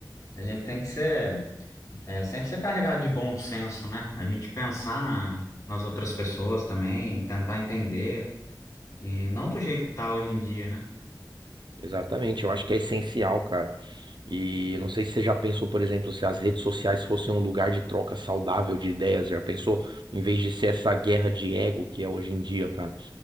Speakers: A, on the left; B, on the right.
A: A gente tem que ser, é, sempre ser carregado de bom senso, né? A gente pensar na, nas outras pessoas também, e tentar entender, e não do jeito que tá hoje em dia, né?
B: Exatamente, eu acho que é essencial, cara. E não sei se você já pensou, por exemplo, se as redes sociais fossem um lugar de troca saudável de ideias, já pensou? Em vez de ser essa guerra de ego que é hoje em dia, cara.